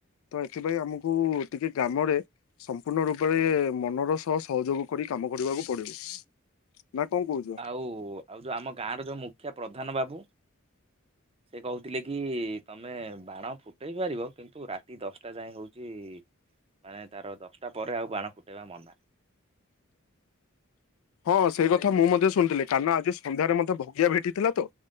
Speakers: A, on the left (about 75°); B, on the right (about 30°).
A: ତ ଏଥିପାଇଁ ଆମକୁ ଟିକେ ଗ୍ରାମରେ ସମ୍ପୂର୍ଣ୍ଣ ରୂପରେ ମନର ସହ ସହଯୋଗ କରି କାମ କରିବାକୁ ପଡିବ। ନା କଣ କହୁଛ?
B: ଆଉ ଆଉ ଯୋଉ ଆମ ଗାଁ ର ଯୋଉ ମୁଖିଆ ପ୍ରଧାନ ବାବୁ। ସେ କହୁଥିଲେ କି ତମେ ବାଣ ଫୁଟେଇ ପାରିବ କିନ୍ତୁ ରାତି ଦଶଟା ଯାଏ ହଉଛି। ମାନେ ତାର ଦଶଟା ପରେ ଆଉ ବାଣ ଫୁଟେଇବା ମନା।
A: ହଁ ସେଇ କଥା ମୁଁ ମଧ୍ୟ ଶୁଣିଥିଲି କାରଣ ଆଜି ସନ୍ଧ୍ୟାରେ ମତେ ଭଗିଆ ଭେଟିଥିଲା ତ।